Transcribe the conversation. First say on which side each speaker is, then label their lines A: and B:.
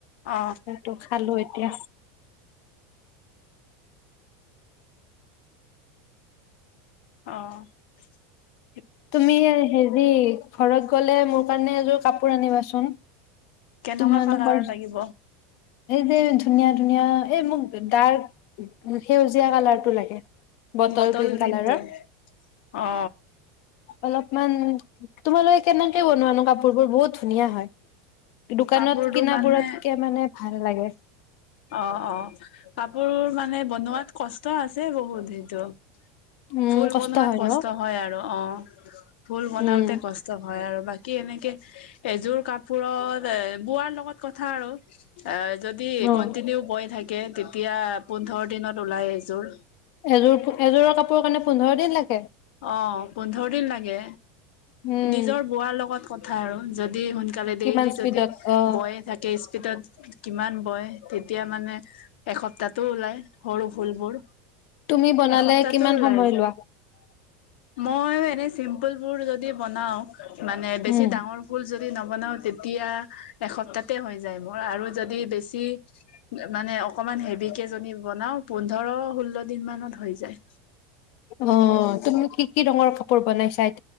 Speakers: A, on the left (about 75°); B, on the left (about 45°).
A: অ অ
B: সেটো খালো এতিয়া
A: <unintelligible> অ <unintelligible>
B: তুমি হে হেৰি ঘৰত গলে মোৰ কাৰণে এযোৰ কাপোৰ আনিবাচোন
A: কেনেকুৱা
B: তোমালোকৰ
A: কালাৰৰ লাগিব
B: এই যে ধুনীয়া ধুনীয়া এই মোক ডাৰ্ক সেউজীয়া কালাৰটো লাগে বটল
A: বতল
B: গ্ৰীণ কালাৰৰ
A: ৰিনটো অ
B: অলপমান তোমালোকে কেনেকে বনোৱানো কাপোৰ বোৰ বহুত ধুনীয়া হয় দোকানত
A: কাপোৰটো
B: কিনা
A: মানে
B: বোৰতকে মানে ভাল লাগে
A: অ অ কাপোৰ মানে বনোৱাত কষ্ট আছে বহুত সেইটো
B: উম,
A: ফুল বনোৱাত
B: হয়
A: কষ্ট
B: ন?
A: হয় আৰু অ' ফুল বনাওতে
B: উম,
A: কষ্ট হয় আৰু বাকী কি এনেকে এযোৰ কাপোৰত এ বোৱাৰ লগত কথা আৰু এ যদি
B: অ'
A: কন্টিনিউ বয় থাকে তেতিয়া পোন্ধৰ দিনত ওলাই এযোৰ।
B: এযোৰ এযোৰৰ কাৰণে পোন্ধৰ দিন লাগে।
A: অ, পোন্ধৰ দিন লাগে
B: উম,
A: নিজৰ বোৱাৰ লগত কথ কথা আৰু। যদি সোনকালে ডেইলি
B: কিমান স্পীডত
A: যদি
B: অ'
A: বয়ে থাকে স্পীডত কিমান বয় তেতিয়া মানে এসপ্তাহ তো ওলাই সৰু ভুলবোৰ,
B: তুমি বনালে
A: এসপ্তাহো
B: কিমান
A: ওলাই
B: সময়
A: যায়।
B: লোৱা?
A: মইো এনে চিম্পুল বোৰ, যদি বনাও মানে, বেছি
B: উম।
A: ডাঙৰ ফুল যদি নবনাও, তেতিয়া এসপ্তাহতে হৈ যায় মোৰ, আৰু যদি বেছি, মানে অকমান হেভ কেজনী বনাও, পোন্ধৰ ষোল্ল দিন মানত হৈ যায়।
B: অঁ তুমি কি কি ৰঙৰ কাপোৰ বনাই চাই